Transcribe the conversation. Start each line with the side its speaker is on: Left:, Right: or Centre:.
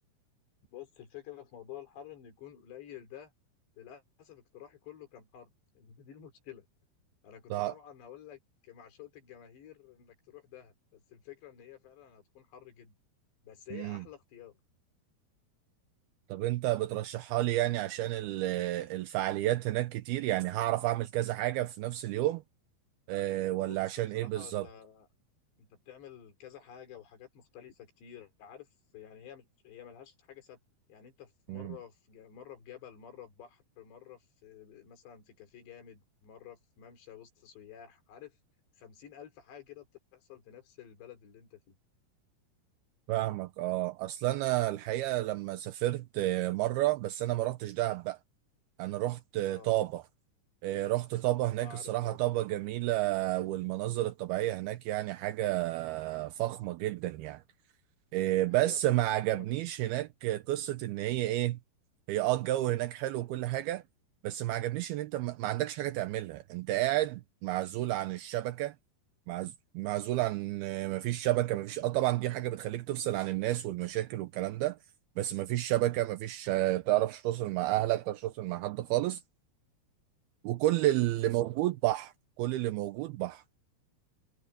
Left: بص الفكرة في موضوع الحر إنه يكون قليل ده للأسف اقتراحي كله كان حر <laughs> دي المشكلة أنا كنت
Right: لا
Left: طبعا هقول لك معشوقة الجماهير إنك تروح دهب بس الفكرة إن هي فعلا هتكون حر جدا بس هي
Right: امم
Left: أحلى اختيار
Right: طب انت بترشحها لي يعني عشان ال- آه، الفعاليات هناك كتير يعني هعرف اعمل كذا حاجه في نفس اليوم آه، ولا
Left: بص
Right: عشان
Left: بصراحة
Right: ايه بالظبط
Left: انت بتعمل كذا حاجة وحاجات مختلفة كتير عارف يعني هي مش هي ملهاش حاجة ثابتة يعني انت في
Right: امم
Left: مرة في ج- مرة في جبل مرة في بحر مرة في مثلا في كافيه جامد مرة في ممشى وسط سياح عارف خمسين ألف حاجة كده بتحصل في نفس البلد اللي انت فيه
Right: فاهمك اه اصل انا الحقيقه لما سافرت آه، مره بس انا ما رحتش دهب بقى انا رحت آه،
Left: اه
Right: طابه آه، رحت طابه هناك
Left: اه
Right: الصراحه
Left: عارف طبعا
Right: طابه جميله والمناظر الطبيعيه هناك يعني حاجه فخمه جدا يعني إيه،
Left: دي
Right: بس
Left: حقيقة بصراحة
Right: ما عجبنيش
Left: طبعا
Right: هناك قصة ان هي ايه هي اه الجو هناك حلو وكل حاجة بس ما عجبنيش ان انت ما ما عندكش حاجة تعملها انت قاعد معزول عن الشبكة معز- معزول عن آه، ما فيش شبكة ما فيش اه طبعا دي حاجة بتخليك تفصل عن الناس والمشاكل والكلام ده بس ما فيش شبكة ما فيش آه، تعرفش توصل مع اهلك تعرفش توصل مع حد خالص وكل اللي بالظبط موجود بحر كل اللي موجود بحر